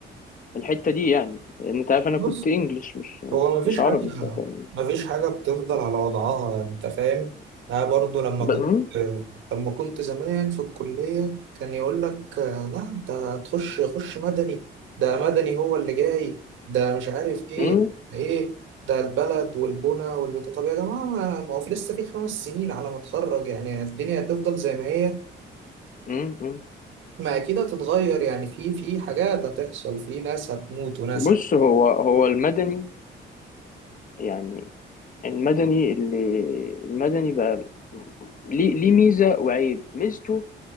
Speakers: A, on the left (about 45°); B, on the right (about 80°).
A: في الحتة دي يعني لأن أنت عارف أنا
B: بص
A: كنت إنجليش مش
B: هو مفيش
A: مش عربي
B: حاجة
A: فكان
B: مفيش حاجة بتفضل على وضعها أنت فاهم؟ أنا برضو لما
A: ب-
B: كنت
A: مم،
B: لما كنت زمان في الكلية كان يقول لك لا أنت هتخش خش مدني ده مدني هو اللي جاي ده مش عارف إيه
A: مم،
B: إيه ده البلد والبنى والبتاع طب يا جماعة ما ما هو في لسه في خمس سنين على ما أتخرج يعني الدنيا هتفضل زي ما هي
A: مم، مم.
B: ما أكيد هتتغير يعني في في حاجات هتحصل في ناس هتموت وناس
A: بص
B: هت-
A: هو هو المدني يعني المدني اللي المدني بقى ليه ليه ميزة وعيب ميزته